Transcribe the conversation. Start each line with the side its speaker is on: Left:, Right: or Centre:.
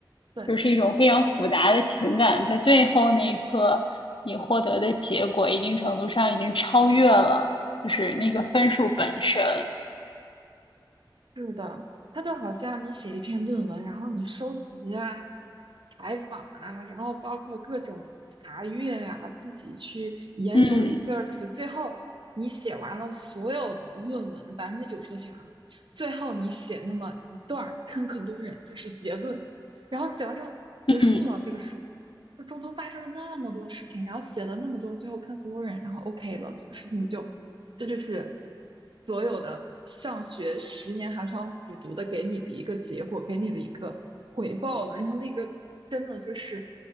Right: 对，
Left: 就是一种非常复杂的情感，在最后那一刻，你获得的结果一定程度上已经超越了就是那个分数本身。
Right: 嗯。是的，它就好像你写一篇论文，然后你收集啊、采访啊，然后包括各种查阅呀、自己去研究
Left: 嗯
Right: research，最后你写完了所有的论文，百分之九十都写完了，最后你写那么一段儿 conclusion，就是结论，然后写完之后结束了这个事情，
Left: 嗯，
Right: 就中途发生了那么多事情，然后写了那么多，最后 conclusion，然后 OK 了，这个事情就这就是所有的上学十年寒窗苦读的给你的一个结果，给你的一个回报了。然后那个真的就是